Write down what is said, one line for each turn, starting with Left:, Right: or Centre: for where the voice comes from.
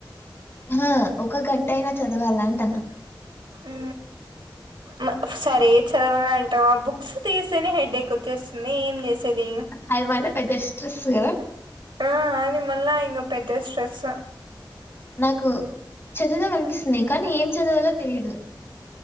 Left: ఆహ ఒక గంట అయినా చదవాలా అంట అన్నా
Right: ఊ మా సరే చదావమంటావా బుక్స్ తీసేనే హెడేక్ వచ్చేస్తుంది ఏం చేసేది
Left: అది మల్ల పెద్ద స్ట్రెస్ కదా
Right: ఆ అది మల్ల ఇంగా పెద్ద స్ట్రెస్
Left: నాకు చదవుదాం అనిపిస్తుంది కానీ ఏం చదవాలో తెలియదు